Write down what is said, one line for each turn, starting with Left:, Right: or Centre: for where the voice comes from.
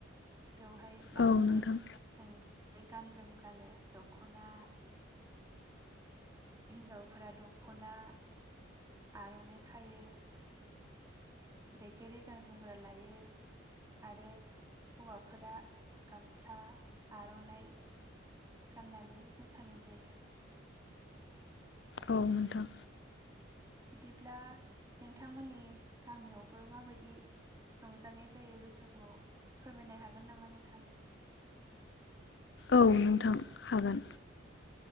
Right: बेवहाय माखासे
Left: औ नोंथां
Right: सों गान जोम गानो दख'ना हिनजावफोरा दख'ना आर'नाइ खायो रेगे रेगां जोमग्रा लायो आरो हौवाफोरा गामसा आर'नाइ गाननानै मोसानाय जायो।
Left: औ नोंथां।
Right: बिदिब्ला नोंथांमोननि गामियावबो माबायदि रंजानाय जायो बैसागुआव फोरमायनो हागोन नामा नोंथां?
Left: औ नोंथां हागोन।